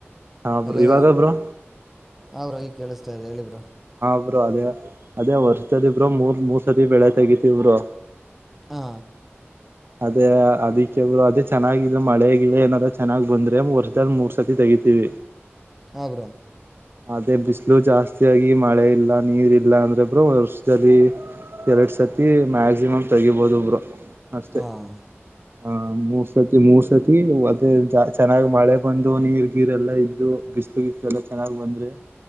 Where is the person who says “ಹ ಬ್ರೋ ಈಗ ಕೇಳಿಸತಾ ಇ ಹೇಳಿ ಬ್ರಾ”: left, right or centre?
Centre